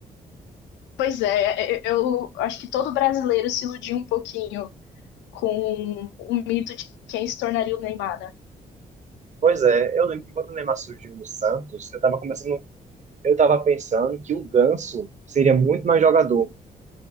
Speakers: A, on the left (about 80°); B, on the right (about 40°).
A: Pois é, eu eu acho que todo brasileiro se iludiu um pouquinho com o mito de quem se tornaria o Neymar, né?
B: Pois é, eu lembro que quando o Neymar surgiu no Santos, eu tava começando, eu tava pensando que o Ganso seria muito mais jogador.